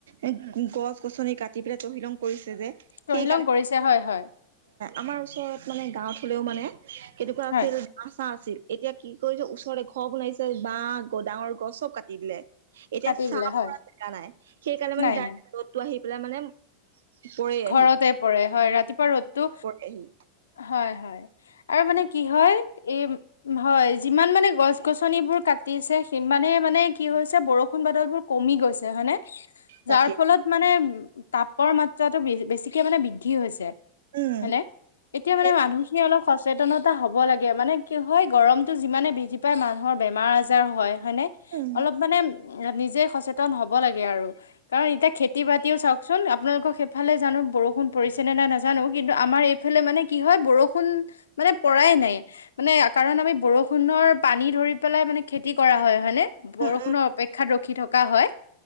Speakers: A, on the right (about 60°); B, on the left (about 65°).
A: এ গছ গছনি কাটি পেলাই তহিলং কৰিছে যে
B: তহিলং
A: সেইকাৰণে
B: কৰিছে হয় হয়
A: আমাৰ ওচৰত মানে গাঁৱত হলেও মানে কেনেকুৱা আছিল
B: হয়
A: বাঁহ, চাহ আছিল এতিয়া কি কৰিছে ওচৰৰে ঘৰ বনাইছে বাঘ গদাঙৰ গছক কাটি দিলে এতিয়া
B: কাটি
A: চাহ
B: দিলে হয়
A: পৰা জেগা নাই সেইকাৰণে মানে
B: নাই
A: য
B: নাই
A: ৰ'দটো আহি পেলাই মানে পৰে
B: ঘৰতে
A: আহি
B: পৰে হয় ৰাতিপুৱা ৰ'দটো
A: পৰেহি
B: হয় হয় আৰু মানে কি হয় এই হয় যিমান মানে গছ গছনিবোৰ কাটিছে সিমানে মানে কি হৈছে বৰষুণ বাদল বোৰ কমি গৈছে হয়নে
A: তাকে
B: যাৰ ফলত মানে উ তাপৰ মাত্ৰ বেছিকে মানে বৃদ্ধি হৈছে
A: উম
B: হয়নে এতিয়া মানে
A: সেই
B: মানুহখিনি অলপ সচেতনত এটা হ'ব লাগে মানে কি হয় গৰমটো যিমানে বৃদ্ধি পায় মানুহৰ বেমাৰ আজাৰ হয় হয়নে
A: উম
B: অলপ মানে নিজে সচেতন হব লাগে আৰু কাৰণ এতিয়া খেতি বাতিও চাওকচোন আপোনালোকৰ ইফালে জানো বৰষুণ পৰিছে নে নে নাজানো কিন্তু আমাৰ এইফালে মানে কি হয় বৰষুণ মানে পৰাই নাই মানে কাৰণ আমি বৰষুণৰ পানী ধৰি পেলাই মানে খেতি কৰা হয়নে বৰষুণৰ
A: উম উম
B: অপেক্ষাত ৰখি থকা হয়